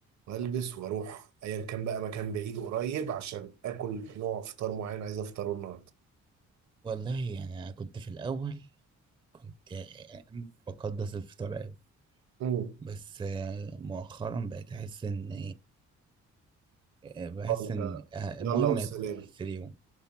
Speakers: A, on the right; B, on the right.
A: والبس واروح ايا كان بقى مكان بعيد وقريب عشان اكل نوع فطار معين عايز افطره النهارده
B: والله يعني أنا كنت في الأول كنت آه، بقدس الفطار أوي
A: امم
B: بس آه، مؤخرا بقيت أحس إن آه، بحس
A: آه، انت
B: إن آه،
A: يلا
B: المهم
A: والسلام
B: آكل في اليوم